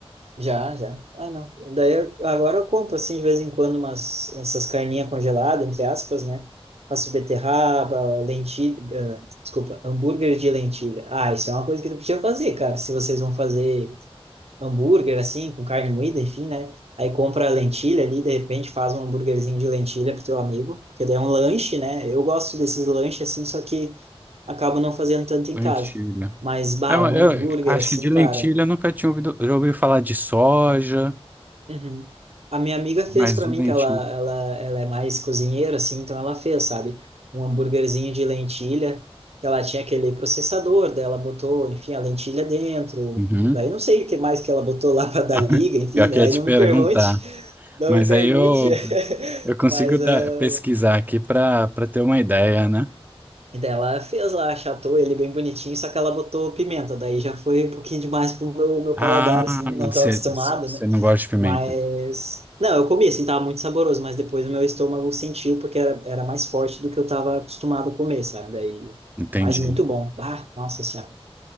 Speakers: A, on the right; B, on the right.
A: Já, já. Ah, não. Daí eu- agora eu compro assim de vez em quando umas essas carninhas congeladas, entre aspas, né? Faço beterraba, lentilha, ah, desculpa, hambúrguer de lentilha. Ah, isso é uma coisa que tu podia fazer, cara. Se vocês vão fazer hambúrguer assim, com carne moída, enfim, né? Aí compra a lentilha ali, de repente faz um hambúrguerzinho de lentilha pro teu amigo, porque daí é um lanche, né? Eu gosto desses lanches assim, só que acabo não fazendo tanto em
B: Lentilha.
A: casa. Mas, bah,
B: Eu,
A: um
B: eu
A: hambúrguer
B: acho
A: assim,
B: que de lentilha
A: cara.
B: eu nunca tinha ouvido, já ouvi falar de soja,
A: Uhum. A minha amiga
B: mas
A: fez para
B: de
A: mim
B: lentilha.
A: que ela, ela, ela é mais cozinheira, assim, então ela fez, sabe, um hambúrguerzinho de lentilha, que ela tinha aquele processador, daí ela botou, enfim, a lentilha dentro,
B: Uhum.
A: daí não sei o que mais que ela botou lá <laughs> para dar
B: <laughs>
A: liga, enfim,
B: Eu
A: né?
B: queria
A: Aí
B: te
A: não
B: perguntar,
A: me pergunte, não
B: mas
A: me pergunte,
B: aí eu,
A: <laughs>
B: eu consigo
A: mas
B: dar,
A: eh,
B: pesquisar aqui para para ter uma ideia, né?
A: daí ela fez lá, achatou ele bem bonitinho, só que ela botou pimenta, daí já foi um pouquinho demais pro meu, meu
B: Ah,
A: paladar, assim, não
B: você
A: tô acostumado,
B: você
A: né?
B: não gosta de pimenta.
A: Mas. Não, eu comi, assim, tava muito saboroso, mas depois o meu estômago sentiu porque era, era mais forte do que eu tava acostumado a comer, sabe? Daí.
B: Entendi.
A: Mas muito bom. Ah, nossa senhora.